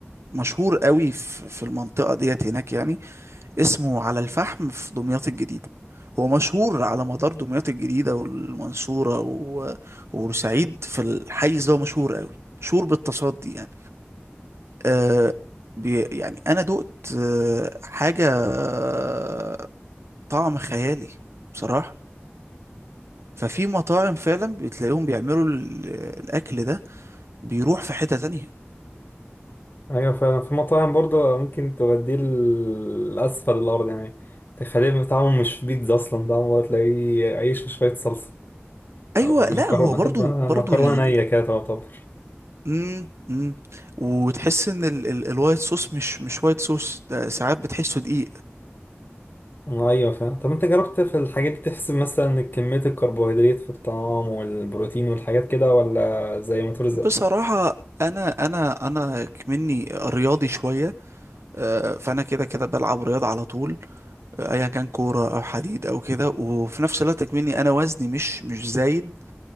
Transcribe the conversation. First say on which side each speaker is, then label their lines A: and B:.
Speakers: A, on the right; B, on the left.
A: مشهور قوي في في المنطقة ديت هناك يعني اسمه على الفحم في دمياط الجديدة هو مشهور على مدار دمياط الجديدة والمنصورة و- وبورسعيد في الحيز ده هو مشهور قوي مشهور بالطاسات دي يعني آه بي يعني انا دقت آه حاجه آه طعم خيالي بصراحه ففي مطاعم فعلا بتلاقيهم بيعملوا ال- الاكل ده بيروح في حته تانية
B: ايوه فعلا في مطاعم برضه ممكن توديه ل- لاسفل الارض يعني تخليه طعمه مش بيتزا اصلا طعمه تلاقيه عيش وشويه صلصه
A: ايوه
B: او المكرونه
A: لا هو برضو
B: تبقى مكرونه
A: برضو ال...
B: نيه كده تعتبر
A: مم مم. وتحس ان ال... ال... الوايت صوص مش مش وايت صوص ده ساعات بتحسه دقيق
B: ايوه فعلا طب انت جربت في الحاجات دي تحسب مثلا كميه الكربوهيدرات في الطعام والبروتين والحاجات كده ولا زي ما ترزق
A: بصراحه انا انا انا مني رياضي شويه آه، فانا كده كده بلعب رياضه على طول ايا كان كوره او حديد او كده وفي نفس الوقت اكمني انا وزني مش مش زايد